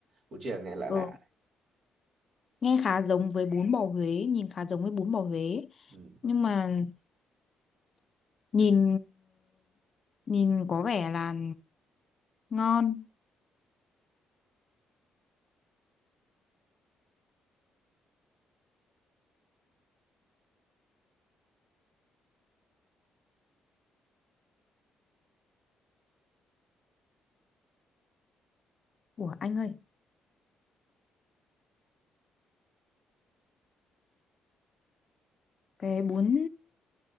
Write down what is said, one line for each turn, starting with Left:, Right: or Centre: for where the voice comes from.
Right: bún chìa nghe lạ
Left: ừ,
Right: lạ.
Left: nghe khá giống với bún bò Huế nhìn khá giống với bún bò Huế
Right: Ừ.
Left: nhưng mà nhìn nhìn có vẻ là ngon của anh ơi cái bún